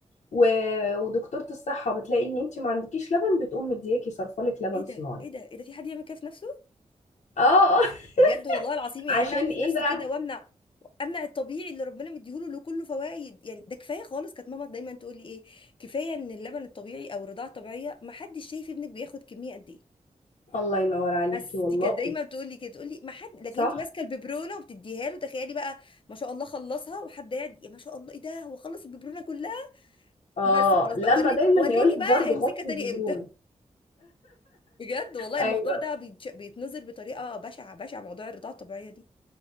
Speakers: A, on the left; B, on the left.
A: و- ودكتوره الصحه بتلاقي ان انت ما عندكيش لبن بتقوم مدياكي صرفالك لبن
B: ايه
A: صناعي
B: ده ايه ده ايه ده في حد يعمل كده في نفسه
A: اه
B: بجد والله العظيم
A: <laughs>
B: يعني
A: عشان
B: انا اعمل
A: ايه
B: في نفسي
A: بقى
B: كده وامنع امنع الطبيعي اللي ربنا مديهوله له كله فوائد يعني ده كفايه خالص كانت ماما دايما تقول لي ايه كفايه ان اللبن الطبيعي او الرضاعه الطبيعيه ما حدش شايف ابنك بياخد كميه قد ايه
A: الله ينور عليكي
B: بس
A: والله
B: دي كانت دايما بتقول لي كده تقول لي ما حد لكن
A: صح
B: انت ماسكه الببرونه وبتديها له تخيلي بقى ما شاء الله خلصها وحد قاعد يا ما شاء الله ايه ده هو خلص الببرونه كلها
A: اه
B: بس خلاص
A: لما
B: بقى وريني
A: دايما
B: وريني
A: يقول لك
B: بقى
A: برضه
B: هيمسكها
A: غطي
B: تاني
A: البيبرون
B: امتى <laughs> بجد والله
A: ايوه
B: الموضوع ده بيتش- بيتنظر بطريقه بشعه بشعه موضوع الرضاعه الطبيعيه دي